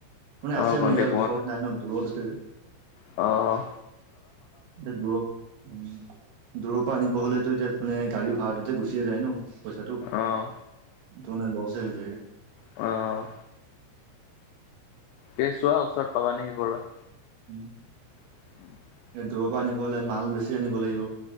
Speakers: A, on the right; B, on the left.
A: মানে
B: অ',
A: আছে
B: কণ্টেক
A: মানে ইয়াৰ ওচৰত নাই ন দূৰত আছে যে।
B: অঁ
A: এতিয়া দূৰ দূৰৰ পৰা আনিব হলেতো এতিয়া, মানে গাড়ী ভা়ৰাটোতে গুচিয়ে যায় ন পইচাটো,
B: অ',
A: ত মানে লচে হৈ যায়গে।
B: অঁ তে চোৱা ওচৰত পাব নেকি ক'ৰবাত।
A: উম।
B: <inaudible>
A: দূৰ পৰা আনিব হলে মাল বেছি আনিব লাগিব।